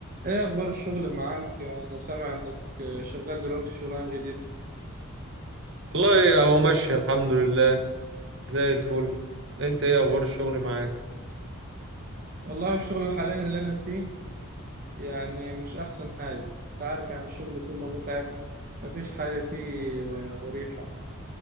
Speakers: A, on the right; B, on the right.
A: ايه اخبار الشغل معاك انا سامع انك شغال دلوقتي في شغلانه جديده
B: والله اهو ماشي الحمد لله زي الفل انت ايه اخبار الشغل معاك
A: والله الشغل حاليا اللي انا فيه يعني مش احسن حاجه انت عارف يعني الشغل كله متعب مفيش حاجه فيه مريحه